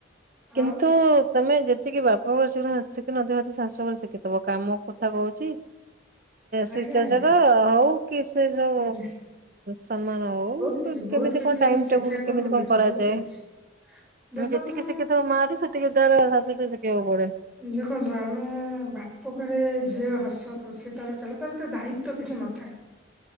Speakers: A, on the right; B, in the centre.
A: -କିନ୍ତୁ
B: ଆଉ
A: ତମେ ଯେ ସିକି ବାପଘର <unintelligible> ଶାଶୁ ଘରେ ଶିକିଥିବ କାମ କଥା କହୁ ଚି-ଏଁ ଶିଷ୍ଟାଚାର
B: ଆଜ୍ଞା ଆଜ୍ଞା
A: ହଉ କି ସେ ଯଉ
B: ଆଜ୍ଞା
A: ସମ୍ମାନ ହଉ।
B: ବହୁତ କିଛି ବହୁତ
A: କେମିତି
B: କିଛି
A: କଣ୍ ଟାଇମ୍
B: ଶିଖିବାକୁ
A: ଟେବୁଲ୍ କେମିତି
B: ମିଳୁଛି
A: କଣ କରାଯାଏ
B: ବହୁତ କିଛି ଦେଖନ୍ତୁ
A: ଯେତିକି ଶିକିଥିବ ମା ଠୁ ସେତିକି ତାର ଶାଶୁଠୁ ଶିକିବାକୁ ପଡେ।
B: ଦେଖନ୍ତୁ ଆମେ ବା ପଘରେ ଝିଅ ହସ ଖୁସି ତାର ଖେଳେ ତାର ଏତେ ଦାୟିତ୍ଵ କିଛି ନଥାଏ।